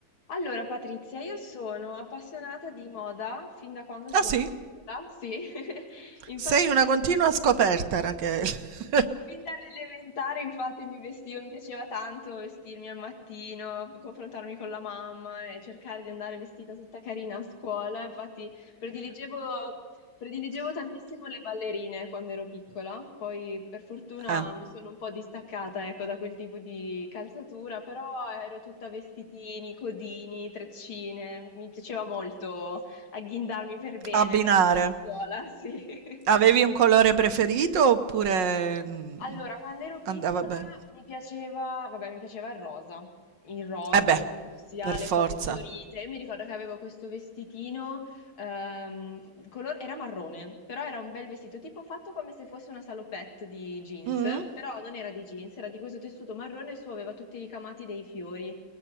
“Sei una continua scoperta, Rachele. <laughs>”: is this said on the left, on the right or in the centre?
Right